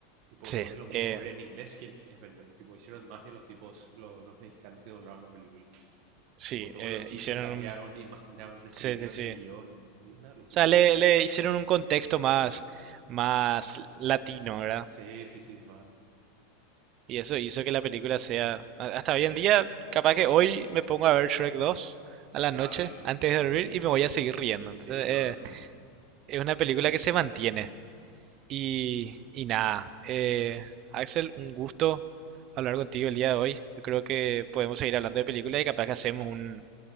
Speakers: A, on the right; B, on the right.
A: Tipo,
B: Sí,
A: no es lo mismo
B: eh,
A: ver en inglés que en español. Tipo, hicieron magia los tipos, los, los mexicanos que doblaron la película.
B: sí,
A: Tipo, todos
B: eh,
A: los chistes
B: hicieron
A: cambiaron,
B: un...
A: imaginaron, reescribieron
B: Sí, sí, sí.
A: el guión.
B: O
A: De una locura,
B: sea, le,
A: una...
B: le hicieron un contexto más, más latino, ¿verdad?
A: Sí, sí, sí, más...
B: Y eso hizo que la película sea, a- hasta
A: Te
B: hoy
A: da
B: en día,
A: impacto.
B: capaz que hoy me pongo a ver Shrek 2 a la
A: Y te
B: noche
A: da río,
B: antes
A: y te
B: de
A: da
B: dormir
A: río.
B: y me voy a seguir riendo. Entonces,
A: Sí, yo
B: eh,
A: también.
B: es una película que se mantiene. Y, y nada, eh, Axel, un gusto hablar contigo el día de hoy. Yo creo que podemos seguir hablando de películas y capaz que hacemos un-